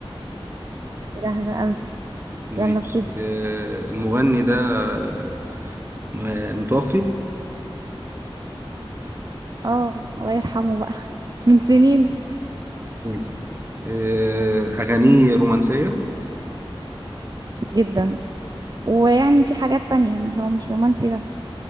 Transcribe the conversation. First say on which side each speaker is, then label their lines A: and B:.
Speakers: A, on the right; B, on the right.
A: جاهزة أوي
B: ماشي
A: يلا ابتدي
B: آه، المغني ده آه، آه، متوفي
A: اه الله يرحمه بقى <laughs> من سنين
B: ماشي آه، اغانيه رومانسيه
A: جدا ويعني في حاجات تانية يعني مش هو مش رومانسي بس